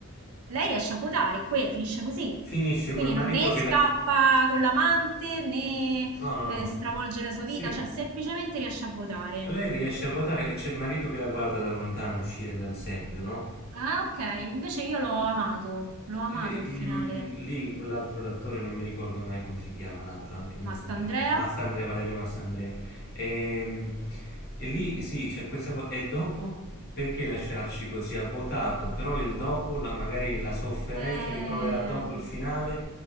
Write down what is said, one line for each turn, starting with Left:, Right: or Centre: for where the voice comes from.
Right: Lei riesce a votare, que- finisce così.
Left: Finisce
Right: Quindi
Left: col marito
Right: non né
Left: che
Right: scappa
Left: la...
Right: con l'amante né
Left: No, no,
Right: eh,
Left: no.
Right: stravolge la sua
Left: Sì.
Right: vita, cioè semplicemente riesce a votare.
Left: Lei riesce a votare e c'è il marito che la guarda da lontano uscire dal seggio, no?
Right: Ah, ok, invece io l'ho amato, l'ho amato
Left: E,
Right: il
Left: mm,
Right: finale.
Left: lì quell'altro l'attore non mi ricordo mai come si chiama, l'altro anche molto
Right: Ma St'Andrea?
Left: bravo. Mastandrea, Valerio Mastandrea. E, mm, e lì sì, c'è questa cosa. E dopo? Perché lasciarci così? Ha votato, però il dopo, la- magari la sofferenza
Right: Eh...
Left: che proverà dopo il finale,